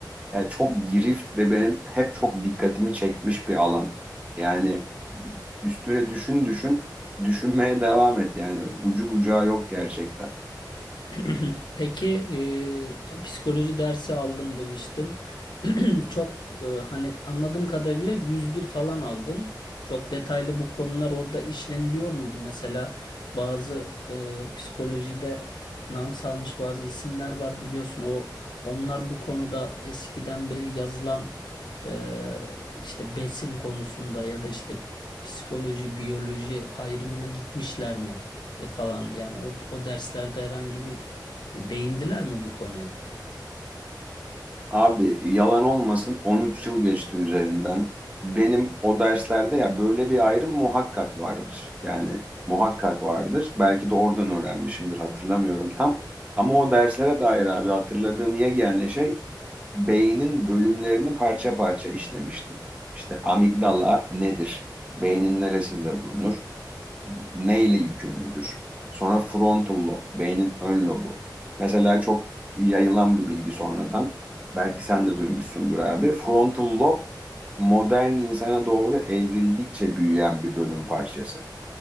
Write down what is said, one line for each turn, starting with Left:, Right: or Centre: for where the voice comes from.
Right: yani çok girift ve benim hep çok dikkatimi çekmiş bir alan. Yani üstüne düşün düşün, düşünmeye devam et. Yani ucu bucağı yok gerçekten.
Left: <clears throat> Peki e, psikoloji dersi aldım demiştin. <clears throat> Çok e, hani anladığım kadarıyla 101 falan aldın. Çok detaylı bu konular orada işleniliyor muydu? Mesela bazı e, psikolojide nam salmış bazı isimler var biliyorsun. O onlar bu konuda eskiden beri yazılan e, işte besin konusunda ya da işte psikoloji biyoloji ayrımına gitmişler mi? E, falan yani o, o derslerde herhangi bir Değindiler mi bu konuya?
Right: Abi yalan olmasın 13 yıl geçti üzerinden. Benim o derslerde ya böyle bir ayrım muhakkak vardır. Yani muhakkak vardır. Belki de oradan öğrenmişimdir hatırlamıyorum tam. Ama o derslere dair abi hatırladığım yegane şey beynin bölümlerini parça parça işlemiştik. İşte amigdala nedir? Beynin neresinde bulunur? Neyle yükümlüdür? Sonra frontal lob, beynin ön lobu. Mesela çok yayılan bir bilgi sonradan. Belki sen de duymuşsundur abi. Frontal lob modern insana doğru evrildikçe büyüyen bir bölüm parçası